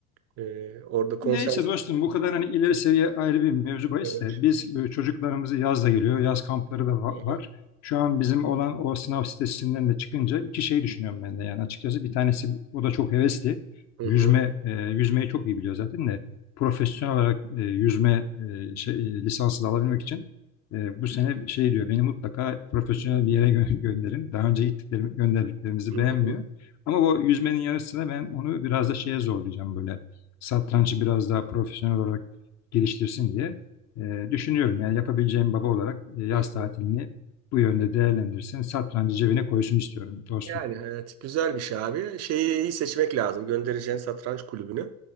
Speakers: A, on the right; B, on the left.
A: e, orada konsens.
B: Neyse dostum bu kadar hani ileri seviye ayrı bir mevzu bahis
A: Evet.
B: de biz e, çocuklarımızı yaz da geliyor. Yaz kampları da va-
A: Hı
B: var. Şu an bizim olan o sınav sitesinden de çıkınca iki şey düşünüyorum ben de yani açıkçası. Bir tanesi o da çok hevesli.
A: hı,
B: Yüzme, e, yüzmeyi çok iyi biliyor zaten de profesyonel olarak e, yüzme e, şey, e, lisansı da alabilmek için e, bu sene şey diyor beni mutlaka profesyonel bir yere gö- gönderin. Daha önce gittiklerim, gönderdiklerimizi
A: hı
B: beğenmiyor.
A: hı, hı hı,
B: Ama bu yüzmenin yarısına ben onu biraz da şeye zorlayacağım böyle satrancı biraz daha profesyonel olarak geliştirsin diye e, düşünüyorum. Yani yapabileceğim baba olarak e, yaz
A: hı hı.
B: tatilini bu yönde değerlendirsin. Satrancı cebine koysun istiyorum dostum.
A: Yani evet güzel bir şey abi. Şeyi iyi seçmek lazım. Göndereceğin satranç kulübünü